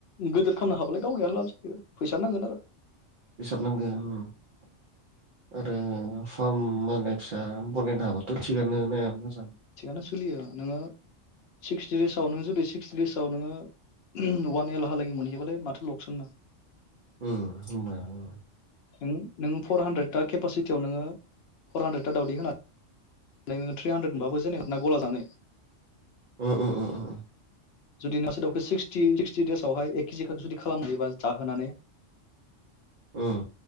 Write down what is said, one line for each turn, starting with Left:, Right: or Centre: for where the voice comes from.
Left: गोदोर खामनो हाबालाय गावगायानो लाब जायो फैसा नांगोन आरो।
Right: फोसाबो नांगोन उम। आरो फार्म मा होनो फिसा बनायनो हाबाथ' थिगानो नायाबो मोजां।
Left: थिगानो सोलियो नोङो सिक्सटि देसाव नों जुदि सिक्सटि देसाव नोङो अवान एलहा लागि मोनहै बालाय माथो लगसन ना?
Right: उम होमबा
Left: नों नोङो फर हान्द्रेट ता केपासिटियाव नोङो फर हान्द्रेद ता दावदै होना नै नोङो थ्रि हान्द्रेद मोनबाबो जोंनिखौ ना गला जानो
Right: उम उम उम उम
Left: जुदि मासे दावखौ सिक्सटि सिक्सटि देसावहाय एक केजि जुदि खालामनो हायोबा जाहोनानै <inaudible>
Right: उम